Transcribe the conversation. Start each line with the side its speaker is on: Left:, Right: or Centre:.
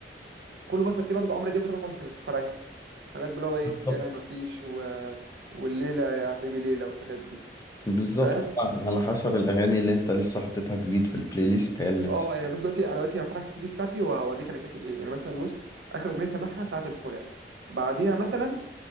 Right: كله مثلا تلاقيه برضه عمرو دياب وتامر حسني بس فرايح حاجات اللي هو
Left: بالظبط
Right: ايه يا انا مفيش و... والليله يا حبيبي ليله والحاجات دي
Left: بالظبط
Right: فاهم؟
Left: على حسب الاغاني اللي انت لسه حاططها جديد في البلاي ليست هي اللي بت...
Right: اه يعني بص دلوقتي انا دلوقتي هفتح لك البلاي ليست بتاعتي واوريك انا كاتب ايه يعني مثلا بص اخر اغنيه سامعها ساعه الفراق بعديها مثلا